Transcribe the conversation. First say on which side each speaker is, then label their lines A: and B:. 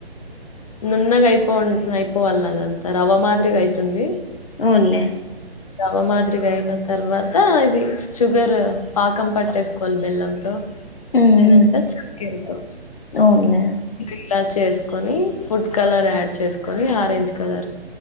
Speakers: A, on the left; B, on the left.
A: నున్నగా అయిపో అంట్నె అయిపోవాలన్నా అదంతా రవ్వ మాదిరిగా అయితుంది
B: అవునులే
A: రవ్వ మాదిరిగా అయిన తర్వాత ఇది షుగర్ పాకం పట్టేసుకోవాలి బెల్లంతో
B: ఉమ్,
A: లేదంటే
B: ఉమ్.
A: చెక్కర తో
B: అవునులే
A: ఇలా చేసుకొని ఫుడ్ కలర్ యాడ్ చేసుకొని ఆరెంజ్ కలర్